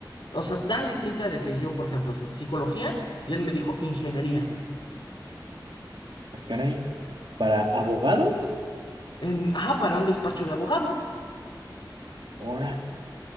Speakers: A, on the left; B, on the right.
A: O sea, tan distinta de que yo, por ejemplo, psicología, y él me dijo ingeniería.
B: Ah, caray. ¿Para abogados?
A: En, ajá, para un despacho de abogados.
B: Ahora.